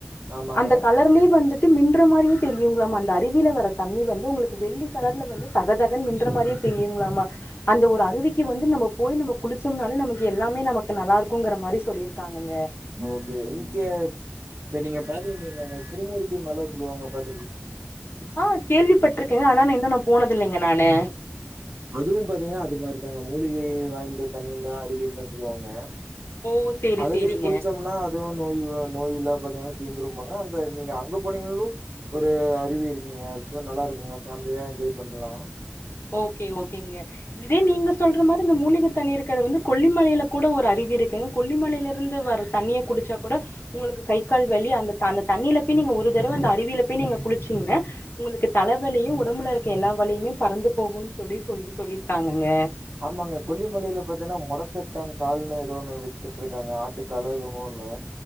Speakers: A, on the right (about 60°); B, on the left (about 60°).
A: ஆமாங்க.
B: அந்த கலர்மே வந்துட் ட்டு மின்ற மாரியே தெரியுங்களாமா அந்த அருவியில வர தண்ணி வந்து உங்களுக்கு வெள்ளி கலர்ல வந்து தகதகன் மின்ற மாரியே தெரியுங்களாமா அந்த ஒரு அருவிக்கு வந்து நம்ம போய் நம்ம குளிச்சோம்னால நமக்கு எல்லாமே நமக்கு நல்லா இருக்குங்குற மாரி சொல்லிருக்காங்கங்க
A: ஓகே இங்க இப்ப நீங்க பாத்தீங்கீங்க திருமூர்த்தி மல சொல்லுவாங்க பாத்
B: ஆ கேள்விப்பட்ருக்கேங்க ஆனா நா இன்ன நா போனது இல்லைங்க நானு
A: அதுவு பாத்தீங்கனா அது மாரி தாங்க மூலிகை வாய்ந்த தண்ணின்தா அருவின் தா சொல்லுவாங்க
B: ஓ சேரி
A: அதுலயே
B: சேரிங்க
A: குளிச்சோம்னா அது நோய் நோய்ல்லா பாத்தீங்கனா தீந்துரும்பாங்க அங்க நீங்க அங்க போனீங்னாலு ஒரு அருவி இருக்குங்க அது சு நல்லா இருக்குங்க ஃபேம்லியா என்ஜாய் பண்லா
B: ஓகே ஓகேங்க இதே நீங்க சொல்ற மாரி இந்த மூலிக தண்ணீர்கள் வந்து கொல்லிமலேல கூட ஒரு அருவி இருக்குங்க கொல்லிமலேல இருந்து வர தண்ணிய குடுச்சா கூட உங்களுக்கு கை கால் வலி அந்த அந்த தண்ணில போய் நீங்க ஒரு தடவ அந்த அருவில போய் நீங்க குளிச்சீங்ன உங்களுக்கு தலவலியு உடம்புல இருக்கற எல்லா வலியுமே பறந்து போகும்ன் சொல்லி சொல்லி சொல்லிருக்காங்கங்க
A: ஆமாங்க கொல்லிமலேல பாத்தீங்னா மொடக்கத்தான் கால்னு ஏதோ ஒண்ணு வித்துட்டு இருக்காங்க ஆட்டுக்காலோ எதுவோ ஒண்ணு